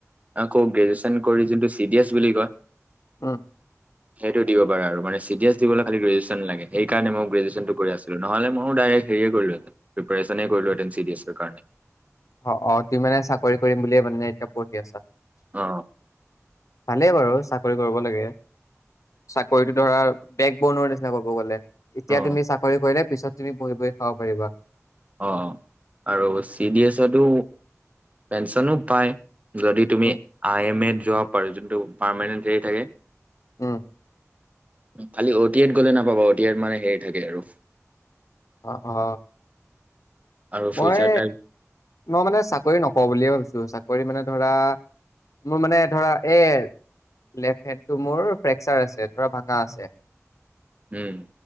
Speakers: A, on the right (about 25°); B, on the left (about 80°).
A: আকৌ গ্ৰেজুৱেশচন কৰি যোনটো চি ডি এছ বুলি কয়।
B: অ
A: সেইটো দিব পাৰা আৰু মান চি দি এছ দিবলৈ খ- সেইকাৰণে লাগে সেইকাৰণে মই গ্ৰেজুৱেচন কৰি আছিলোঁ নহ'লে মইও দাইৰেক হেৰী এ কৰিলোঁ হেতেন প্ৰিপ্ৰেচন কৰিলোহেঁতেন চি দি এছৰ কাৰণে।
B: অ অ তুমি মানে চাকৰি কৰিম বুলিয়ে মানে এতিয়া পঢ়ি আছা।
A: অ
B: ভালেই বাৰু চাক চাকৰি কৰিব লাগে চাকৰিতটো ধৰা বেক বনৰ নিচিনা ক'ব গ'লে। এতিয়া
A: অ
B: তুমি চাকৰি কৰিলে। পিছত তুমি বহি বহি খাব পাৰিবা।
A: অ আৰু চি ডি এছতো পেঞ্চনো পায়। যদি তুমি
B: উম,
A: আই এম এত জব। পাৰে যোনটো পাৰমেণ্ট হেৰি থাকে।
B: উম
A: খালি অ' টি এত গ'লে নাপাবা অ' টি এত মানে হেৰি থাকে আৰু।
B: অ অ
A: আৰু
B: মই
A: ফিউচাৰ টাইম
B: মই মানে চাকৰি নকৰোঁ বুলিয়ে ভাবিছোঁ চাক কৰি মানে ধৰা মোৰ মানে ধৰা এ লেফট হেণ্ডটো মোৰ ফ্ৰেকচাৰ আছে ধৰা ভঙা আছে।
A: উম